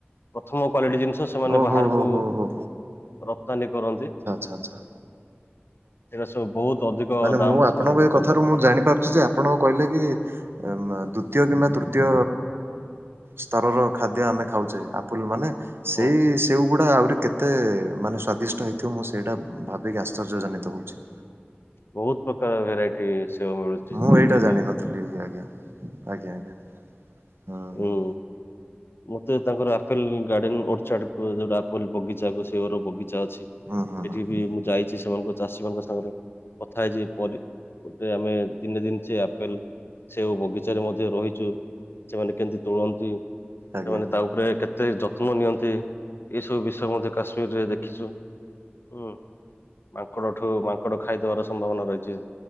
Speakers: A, on the left; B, on the right.
A: ପ୍ରଥମ କ୍ଵାଲିଟି ଜିନିଷ ସେମାନେ
B: ଓହୋ
A: ବାହାରୁକୁ
B: ହୋ ହୋ ହୋ
A: ରପ୍ତାନୀ କରନ୍ତି।
B: ଆଛା।
A: ଏଇଟା ସବୁ ବହୁତ୍ ଅଧିକ।
B: ମାନେ
A: ଦାମ
B: ମୁଁ
A: ରେ
B: ଆପଣଙ୍କୁ
A: ସେମାନେ ବିକନ୍ତି।
B: ଏ କଥାରୁ ମୁଁ ମୁଁ ଜାଣି ପାରୁଛି ଯେ ଆପଣ କହିଲେ କି ଦ୍ଵିତୀୟ କିମ୍ବା ତୃତୀୟ ସ୍ତରର ଖାଦ୍ୟ ଆମେ ଖାଉଛେ ଆପୁଲ୍ ମାନେ ସେଇ
A: ହୁଁ
B: ସେଉ ଗୁଡା ଆହୁରି କେ ତେ ମାନେ ସ୍ଵାଦିଷ୍ଟ ହେଇଥିବ ମୁଁ ସେଇଟା ଭାବିକି ଆଶ୍ଚର୍ଯ୍ୟ ଜନିତ ହଉଛି।
A: ବହୁତ୍ ପ୍ରକାର ଭେରାଇଟି ସେଉ ମିଳୁଛି।
B: ମୁଁ
A: ଯେମିତି
B: ଏଇଟା ଜାଣିନଥିଲି
A: କିି
B: ଆଜ୍ଞା ଆଜ୍ଞା ଆଜ୍ଞା ହୁଁ ହୁଁ।
A: ଉଁ ମତେ ତାଙ୍କର ଆପେଲ ଗାର୍ଡେନ ଓର୍। ଛଡ ଯୋଉଟା ଆପଲ ବଗିଚା ସେଓର ବଗିଚା ଅଛି
B: ହୁଁ ହୁଁ
A: ସେଠି
B: ହୁଁ
A: ବି ମୁଁ ଯାଇଛି ସେମାନଙ୍କ ଚାଷୀ ମାନଙ୍କ ସାଙ୍ଗରେ କଥା ହେଇଛି ପରି ଆମେ ଦିନେ ଦିନ ସେ ଆପେଲ୍ ସେଓ ବଗିଚାରେ ମଧ୍ୟ ରହିଛୁ ସେମାନେ କେମିତି ତୋଳନ୍ତି।
B: ଆଜ୍ଞା
A: ସେମାନେ
B: ଆଜ୍ଞା।
A: ତା ଉପରେ କେତେ ଯତ୍ନ ନିଅନ୍ତି ଏଇସବୁ ବିଷୟ ମଧ୍ୟ କାଶ୍ମୀରରେ ଦେଖିଛୁ। ହୁଁ ମାଙ୍କଡଠୁ ମାଙ୍କଡ ଖାଇଦବାର ସମ୍ଭାବନା ରହିଛି।